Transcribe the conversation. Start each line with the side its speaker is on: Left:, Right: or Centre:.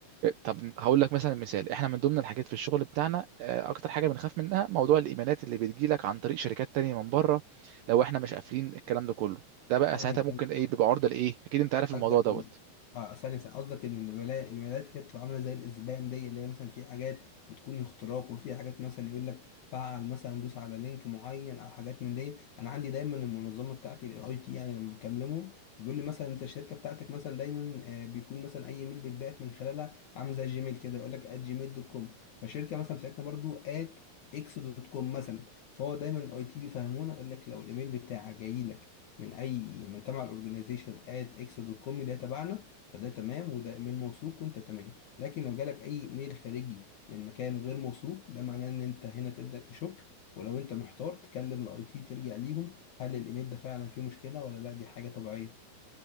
Right: طب هقول لك مثلا مثال احنا من ضمن الحاجات في الشغل بتاعنا آه، اكتر حاجه بنخاف منها موضوع الايميلات اللي بتجي لك عن طريق شركات تانية من بره لو احنا مش قافلين الكلام ده كله ده بقى
Left: ثانيه
Right: ساعتها ممكن ايه بيبقى عرضه لايه اكيد انت عارف الموضوع
Left: قصدك
Right: دوت
Left: ان اه ثانية ثانية. قصدك ان الولايات الولايات اللي هي بتبقى عاملة زي الاسبام دي اللي هي مثلا في حاجات بتكون اختراق وفي حاجات مثلا يقول لك فعل مثلا دوس على لينك معين او حاجات من دي انا عندي دايما المنظمة بتاعتي الاي تي يعني لما بكلمهم بيقول لي مثلا انت الشركة بتاعتك مثلا دايما آه، بيكون مثلا اي ميل بيتبعت من خلالها عامل زي جيميل كده يقول لك @gmail.com جيميل دوت كوم فالشركة مثلا بتاعتنا برضو @x.com اكس دوت كوم مثلا فهو دايما الاي تي بيفهمونا يقول لك لو الايميل بتاعك جاي لك من اي من تبع الاورجنايزيشن ات اكس دوت كوم اللي هي تبعنا فده تمام وده من موثوق وانت تمام لكن لو جالك اي ايميل خارجي من مكان غير موثوق ده معناه ان انت هنا تبدا تشك ولو انت محتار تكلم الاي تي تلجأ ليهم هل الايميل ده فعلا فيه مشكله ولا لا دي حاجه طبيعيه